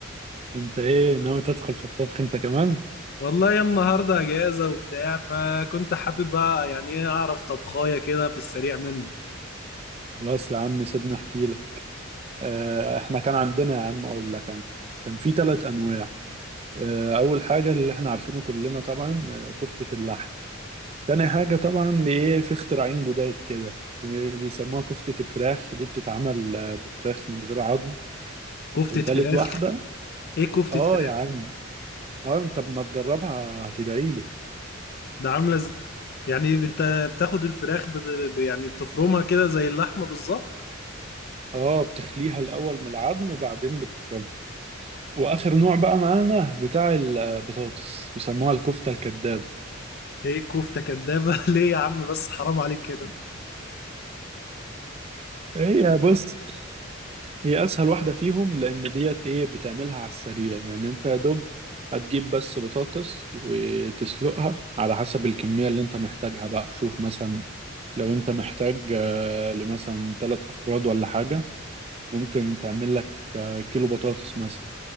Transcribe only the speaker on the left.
والله النهاردة أجازة وبتاع فكنت حابب بقى يعني إيه أعرف طبخاية كده في السريع منه
كفتة
فراخ
إيه كفتة
فراخ
ده عاملة ز... يعني أنت بتاخد الفراخ بت... يعني بتفرمها كده زي اللحمة بالظبط
هي كفتة كدابة <laughs> ليه يا عم بس حرام عليك كده